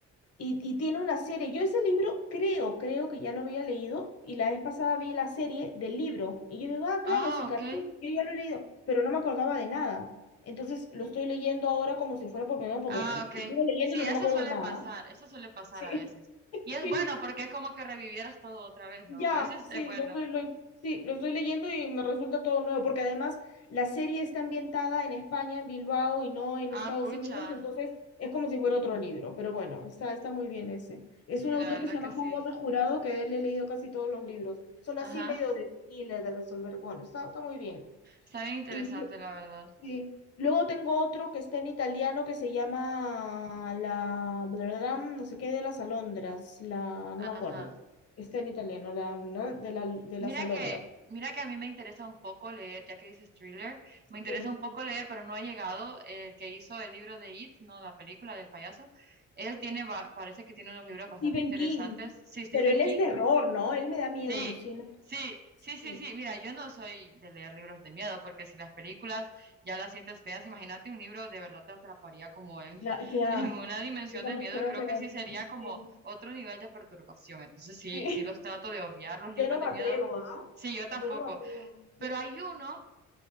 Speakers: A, on the left; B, on the right.
A: Y, y tiene una serie. Yo ese libro creo, creo que ya lo había leído y la vez pasada vi la serie del libro y yo digo, ah, claro,
B: Ah,
A: cicatriz,
B: ok.
A: yo ya lo he leído, pero no me acordaba de nada. Entonces lo estoy leyendo ahora como si fuera por primera vez porque
B: Ah, ok.
A: estuve leyéndolo
B: Sí,
A: y
B: eso
A: no me acuerdo
B: suele
A: de nada.
B: pasar, eso suele pasar
A: Sí,
B: a veces.
A: <laughs>
B: Y es
A: sí,
B: bueno
A: sí.
B: porque es como que revivieras todo otra vez,
A: Ya,
B: ¿no? A veces
A: sí,
B: es bueno.
A: lo estoy, lo- sí, lo estoy leyendo y me resulta todo nuevo, porque además la serie está ambientada en España, en Bilbao y no en Estados
B: Ah, pucha.
A: Unidos, entonces es como si fuera otro libro, pero bueno, está, está muy bien ese. Es
B: Sí,
A: un autor
B: la verdad
A: que se llama
B: que sí.
A: Juan Gómez Jurado, que de él he leído casi todos los libros. Son
B: Ajá.
A: así medio de thriller, de resolver, bueno, está, está muy bien.
B: Está bien interesante,
A: Y
B: la verdad.
A: Sí. Luego tengo otro que está en italiano que se llama la bla, bla, bla, no sé qué de las alondras, la no
B: Ajá.
A: me acuerdo. Está en italiano, la ¿no? de la de
B: Mira
A: las alondras.
B: que, mira que a mí me interesa un poco leer, ya que dices thriller, me interesa
A: Sí.
B: un poco leer, pero no he llegado. El que hizo el libro de It, no la película del payaso, él tiene, va- parece que tiene unos libros bastante
A: Stephen
B: interesantes.
A: King.
B: Sí, Stephen
A: Pero él
B: King.
A: es terror, ¿no? Él me da miedo,
B: Sí,
A: Lucina.
B: sí, sí, sí,
A: Sí.
B: sí. Mira, yo no soy de leer libros de miedo, porque si las películas ya las sientes feas, imagínate un libro de verdad te atraparía como en,
A: La,
B: <laughs>
A: que ah,
B: en una dimensión
A: yo también
B: de miedo.
A: creo
B: Creo
A: que
B: que sí sería
A: sí.
B: como otro nivel de perturbación. Entonces sí,
A: Sí.
B: sí los trato de obviar
A: <laughs>
B: los libros
A: Yo no
B: de
A: me
B: miedo.
A: atrevo, ¿ah?
B: Sí, yo tampoco.
A: Yo no me atrevo.
B: Pero hay uno